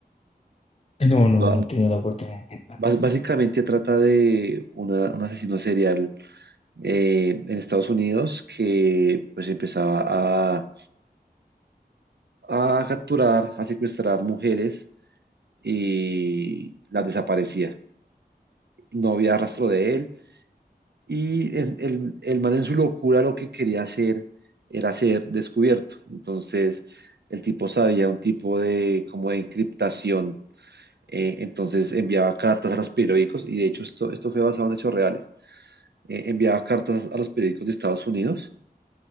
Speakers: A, on the left; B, on the right.
A: No, no,
B: Ba-
A: no he tenido la oportunidad de tratar.
B: bas- básicamente trata de una- un asesino serial eh, en Estados Unidos que, pues, empezaba a, a capturar, a secuestrar mujeres y las desaparecía. No había rastro de él Y el, el, el man en su locura lo que quería hacer era ser descubierto. Entonces, el tipo sabía un tipo de como de encriptación. eh, entonces enviaba cartas a los periódicos, y de hecho esto, esto fue basado en hechos reales. Eh, enviaba cartas a los periódicos de Estados Unidos,